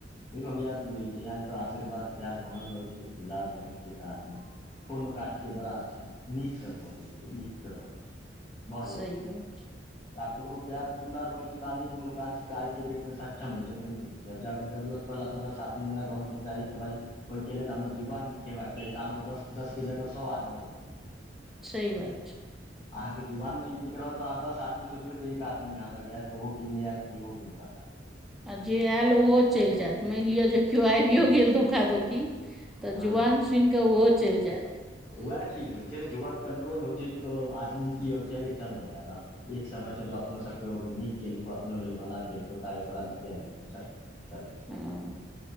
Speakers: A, on the left; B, in the centre.
A: देखियौ इहे टा बुझै छिये या तऽ आशीर्वाद प्यार बनल रहै छै दुलार रहै छै तऽ आदमी कोनो काजके बड़ा नीकसँ कऽ दै छै नीकसँ रहै छै भऽ जाइ
B: सही
A: छै
B: बात
A: आब ककरो प्यार दुलार रहै छै तहने कोनो काज आइ के डेट मे सक्षम क्षम होइ छै नइ तऽ नहि होइ छै जब जब जरूरत पड़ला पर दस आदमी हमरा घरमे चाही तऽ भाय ओहिके लेल हमर जुवान नीक हेबाक चाही तहन ओ दस दस के जगह सौ आदमी आबि जैतै
B: सही बात छै
A: अहाँके जुवान नहि नीक रहत अहाँ दस आदमी सोचबै तऽ एक आदमी अहाँ लग आयत ओहो कि नइ आयत कि अहो मे नहि पता
B: आ जे आयल ओहो चलि जायत मानि लिअ जे केओ आबियो
A: हँ
B: गेल धोखाधोखी तऽ
A: हँ
B: जुआान सुनिकऽ ओहो चलि जायत
A: उएह चिज होइ छै ने जुवान कंट्रोल होइ छै तऽ आदमी की होइ छैे चलना यार एक समय छलो अपनो सभके ओ नीक केलको अपनो लेल भला केलको ता आय ओकरामे किया नहि जेबही चल चले छै
B: हँ